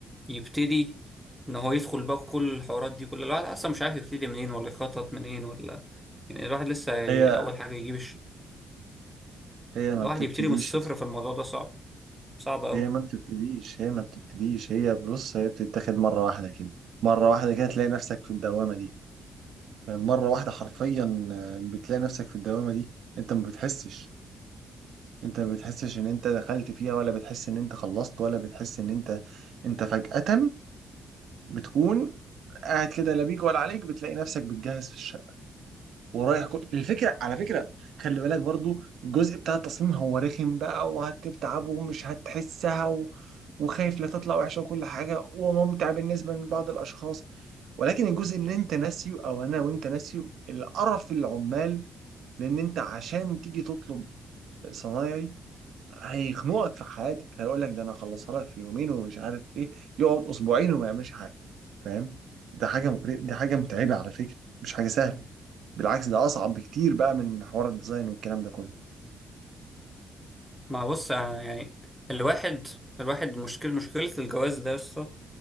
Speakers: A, in the centre; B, on the right.
A: يبتدي ان هو يدخل بقى كل الحوارات دي كل الواحد اصلا مش عارف يبتدي منين ولا يخطط منين ولا يعني الواحد لسه ي-
B: هي
A: اول حاجه يجيب
B: هي
A: الواحد
B: ما بتبتديش
A: يبتدي من الصفر
B: يا اسطى.
A: في الموضوع ده صعب صعب أوي
B: هي ما بتبتديش هي ما بتبتديش هي بص هي بتتاخد مره واحده كده مره واحده كده تلاقي نفسك في الدوامه دي مرة واحدة حرفيا آه، بتلاقي نفسك في الدوامة دي انت ما بتحسش انت ما بتحسش ان انت دخلت فيها ولا بتحس ان انت خلصت ولا بتحس ان انت انت فجأة بتكون قاعد كده لا بيك ولا عليك بتلاقي نفسك بتجهز في الشقة ورايح كل... الفكرة على فكرة خلي بالك برضو الجزء بتاع التصميم هو رخم بقى وهتتعب ومش هتحسها و... وخايف لا تطلع وحشة وكل حاجة وممتع بالنسبة لبعض الأشخاص ولكن الجزء اللي انت ناسيه أو أنا وانت ناسيه القرف العمال لأن انت عشان تيجي تطلب صنايعي هيخنقك في حياتك هيقول لك ده انا اخلصها لك في يومين ومش عارف ايه يقعد اسبوعين وما يعملش حاجه فاهم ده حاجه مقر- دي حاجه متعبه على فكره مش حاجه سهله بالعكس ده اصعب بكتير بقى من حوار الديزاين والكلام ده كله
A: ما بص أنا يعني الواحد الواحد مشكلة مشكلة الجواز ده يا اسطى